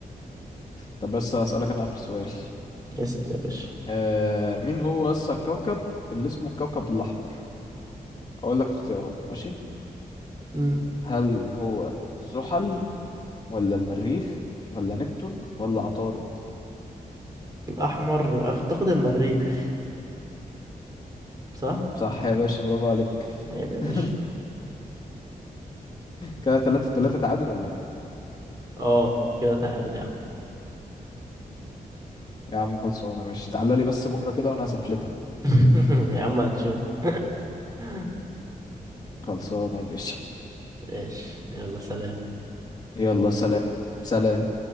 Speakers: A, on the left; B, on the right.
A: طب بس هسألك أنا آخر سؤال
B: اسأل يا باشا
A: آه مين هو أصل الكوكب اللي اسمه الكوكب الأحمر أقول لك اختيارات ماشي
B: مم.
A: هل هو زحل ولا المريخ ولا نبتون ولا عطارد
B: الأحمر يبقى أعتقد المريخ صح
A: صح يا باشا برافو عليك
B: عيب يا باشا
A: <laughs> كده تلاتة تلاتة تعادل ولا ايه
B: اه كده تعادل يا عم
A: يا عم خلصانة ماشي تعالى لي بس بكرة كده وانا هسفلتك
B: <laughs> يا عم هنشوف <laughs>
A: خلصانة يا باشا
B: ماشي يلا سلام
A: يلا سلام سلام